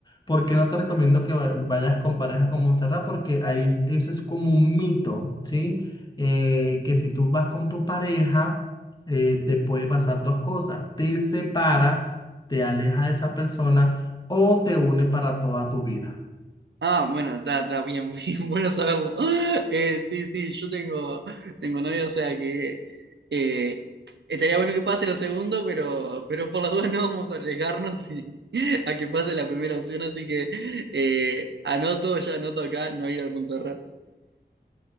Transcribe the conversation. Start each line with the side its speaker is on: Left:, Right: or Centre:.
Left: ¿Por qué no te recomiendo que va- vayas con pareja con Montserrat? Porque ahí es- eso es como un mito, ¿sí? Eh, que si tú vas con tu pareja, eh, te puede pasar dos cosas. Te separa, te aleja de esa persona o te une para toda tu vida.
Right: Ah, bueno, está, está bien, <laughs> bien, bueno saberlo. Eh, sí, sí, yo tengo, tengo novia, o sea que eh, estaría bueno que pase lo segundo, pero, pero por las dudas no vamos a arriesgarnos y- <laughs> a que pase la primera opción, así que eh, anoto, ya anoto acá, no ir al Montserrat.